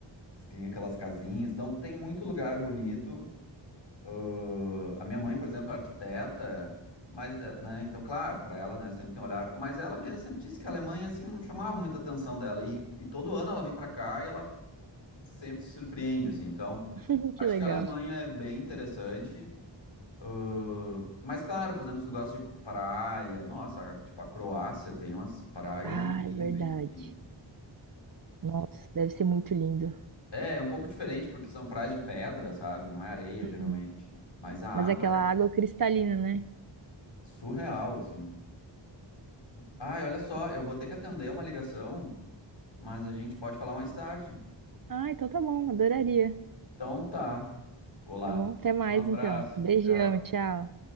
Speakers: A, on the left; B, on the right.
A: Tem aquelas casinhas. Então, tem muito lugar bonito. Ah, a minha mãe, por exemplo, é arquiteta, mas, eh, né, então, claro, para ela, né, sempre tem um olhar. Mas ela mesma sempre disse que a Alemanha, assim, não chamava muita atenção dela. E, e todo ano ela vem para cá e ela sempre se surpreende, assim. Então,
B: <laughs>
A: acho
B: Que legal.
A: que a Alemanha é bem interessante. Ah, mas, claro, por exemplo, se tu gosta de praia, nossa, tipo, a Croácia tem umas praias
B: Ah,
A: incríveis,
B: é verdade.
A: assim.
B: Nossa, deve ser muito lindo.
A: É, é um pouco diferente, porque são praias de pedra, sabe? Não é areia,
B: Uhum.
A: geralmente. Mas a água
B: Mas é aquela
A: é
B: água cristalina, né?
A: surreal, assim. Ai, olha só, eu vou ter que atender uma ligação, mas a gente pode falar mais tarde.
B: Ah, então tá bom, adoraria.
A: Então tá, vou lá.
B: Tá bom? Até mais
A: Um abraço,
B: então. Beijão,
A: tchau.
B: tchau.